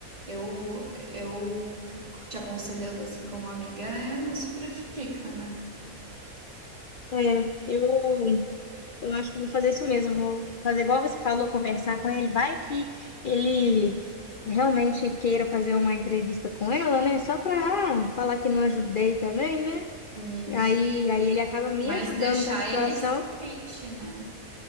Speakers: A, on the right (about 30°); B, on the left (about 65°).
A: Eu, eu te aconselhando assim como amiga é não se prejudica, né?
B: É, eu, eu acho que eu vou fazer isso mesmo. Vou fazer igual você falou, conversar com ele. Vai que ele realmente queira fazer uma entrevista com ela, né? Só pra ah, falar que não ajudei também, né?
A: Isso.
B: Aí, aí ele acaba me
A: Mas
B: ajudando
A: deixar
B: com a situação.
A: ele ciente, né,